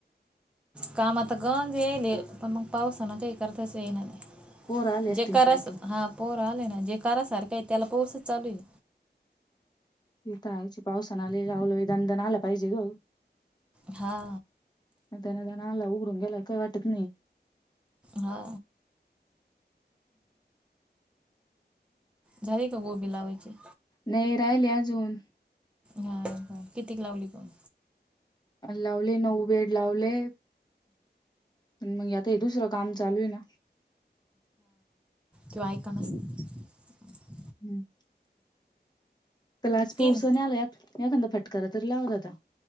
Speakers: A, in the centre; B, on the left.
A: काम आता गंज येईल पण मग पावसा ना काही करताच येईणार नाही.
B: पोर आले असतील
A: जेकार
B: शाळेतून
A: हा पोर आले ना जेकार सारखे. य तल पोस चालू हे.
B: तिथहायची पावसाना आले लावलं दंदन आला पाहिजे ग.
A: हा
B: त्यांना जण आला उघडून गेला काही वाटत नाही.
A: हा. झारी का गोभी लावयचे.
B: नाही राहिले अजून.
A: हा कितीक लावली कोण.
B: लावले नऊ बेड लावले. आणि मग आता हे दुसरं काम चालू आहे ना.
A: जवय कर <unintelligible>
B: हम्म. कलाज
A: तीन
B: पोहचण आलात एखादा फटकार तरी लावत आता.